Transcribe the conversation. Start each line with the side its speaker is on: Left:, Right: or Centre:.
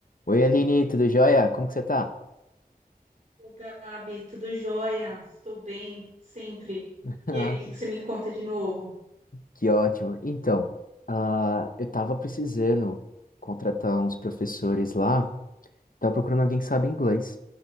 Left: Oi, Aline, tudo jóia? Como que você tá?
Right: Ô, Gabi, tudo jóia? Estou bem, sempre.
Left: <laughs> Ah,
Right: E aí, o que
Left: que,
Right: que você me conta de novo?
Left: que ótimo. Então, ah, eu tava precisando contratar uns professores lá, tava procurando alguém que sabe inglês.